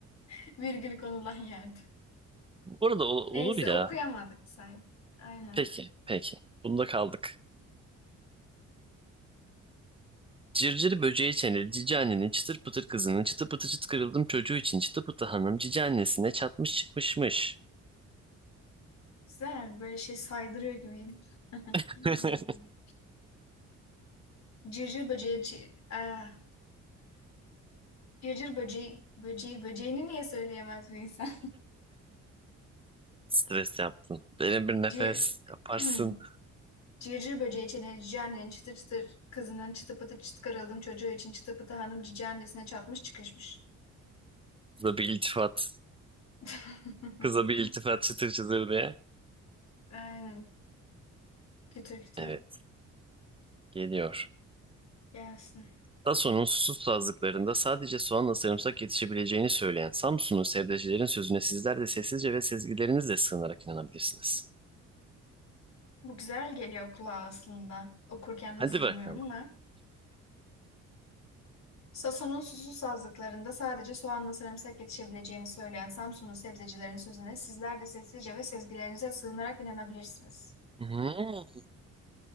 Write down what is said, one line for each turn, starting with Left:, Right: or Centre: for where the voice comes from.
Left: <laughs> Virgül konulan yerde.
Right: Bu arada ol-
Left: Neyse
Right: olur ya.
Left: okuyamadık say. Aynen.
Right: Peki peki. Bunda kaldık. Cırcır böceği çeneli cici annenin çıtır pıtır kızının çıtı pıtı çıt kırıldım çocuğu için çıtı pıtı hanım cici annesine çatmış çıkmışmış.
Left: Güzel böyle şey saydırıyor gibiydi.
Right: <laughs>
Left: Hmm. <clears throat> Cırcır böceği çi- ah, cırcır böceği böceği böceğini niye söyleyemez bir insan?
Right: Stres yaptın. Derin bir nefes
Left: <laughs>
Right: yaparsın.
Left: Cır <clears throat> Cırcır böceği çeneli cici annenin çıtır çıtır kızının çıtı pıtı çıt karaldım çocuğu için çıtı pıtı hanım cici annesine çatmış çıkışmış.
Right: Kıza bir iltifat.
Left: <laughs>
Right: Kıza bir iltifat çıtır çıtır diye.
Left: Aynen. Kütür kütür
Right: Evet geliyor.
Left: gelsin.
Right: Dassault'un susuz sazlıklarında sadece soğanla sarımsak yetişebileceğini söyleyen Samsunlu sebzecilerin sözüne sizler de sessizce ve sezgilerinizle sığınarak inanabilirsiniz.
Left: Bu güzel geliyor kulağa aslında. Okurken
Right: Hadi
Left: nasıl bilmiyorum
Right: bakalım.
Left: ama. Sason'un susuz sazlıklarında sadece soğanla sarımsak yetişebileceğini söyleyen Samsun'un sebzecilerin sözüne sizler de sessizce ve sezgilerinize sığınarak inanabilirsiniz.
Right: Hmm,